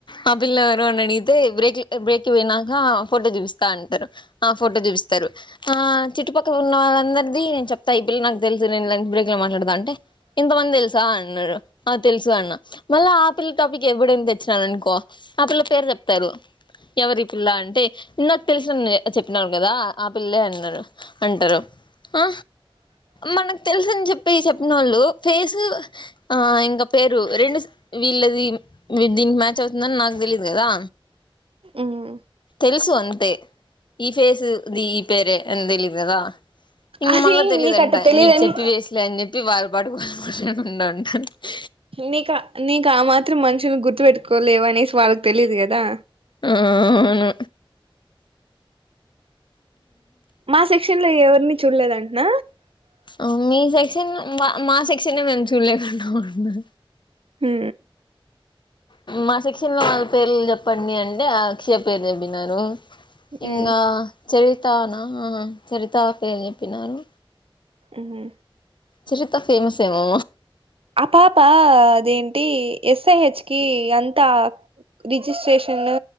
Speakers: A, on the left; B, on the right.
A: ఆ పిల్ల ఎవరు అని అడిగితే బేక్ళ్ ఏ బ్రేక్కి వొయినాంకా పోటో జూపిస్త అంటరు ఆ ఫోటో జూపిస్తరు ఆ చుట్టుపక్ ట్టు ఉన్న వాళ్ళందర్ది నేన్ చొప్తా ఈ పిల్ నాక్ దెల్సు నే లంచ్ బ్రేక్ లో మాట్లాడుతా అంటే ఇంతమంద్ దెల్సా అన్నడు ఆ తెల్సు అన్నా మళ్ళా ఆపిల్ల్ టాపికే ఎబ్బుడేన్ దెచ్చినానునుకో ఆపిల్ల పేర్ జేప్తారు ఎవరీ పిల్లా అంటే నాక్ తెలిసినన్ చెప్పినావ్ గదా ఆ పిల్లే అన్నడు అంటరు ఆ మనక్ తెల్సు అన్ చొప్పి చొప్పినోళ్ళు ఫేసు ఆ ఇంగ పేరు రెండు స వీళ్ళది వీడ్ దీన్కి మ్యాచ్ అవుతుందని నాగ్ దెలీదు గదా
B: ఉహు
A: తెలుసు అంతే ఈ ఫేసు దీ పేరే అన్ దెలీదు గదా ఇంగ
B: అది
A: మళ్ళా దెలీదంట
B: నీకట్ట తెలియదని
A: నీక్ చెప్పి వేస్ట్లే అన్ జొప్పి వాళ్ళ్ పాటుకు <unintelligible>
B: నీకా నీకామాత్రం మనుషుల్ని గుర్తు వెట్టుకోలేవా అనేస్ వాళ్ళకి తెలీదు గదా
A: ఆవును
B: మా సెక్షన్ లో ఎవర్ని చూల్లేదంట్న
A: ఆ మీ సెక్షన్ను మా మా సెక్షన్నే మేమ్ చూల్లేదనుకోకుండా
B: హూ
A: మా షెక్షణ్ లో వున్నొళ్ళు పేర్ల్ జొప్పన్ని అంటే ఆక్షియ పేర్ జొప్పినారు
B: హ్మ్
A: ఇంగా చరితానా అహహా చరితా ఫేర్ జొప్పినారు
B: ఉహు
A: చరిత ఫేమస్ ఏమో
B: ఆ పాపా అదేంటి ఎస్ఐహెచ్ కి అంతా రిజిస్ట్రేషన్ను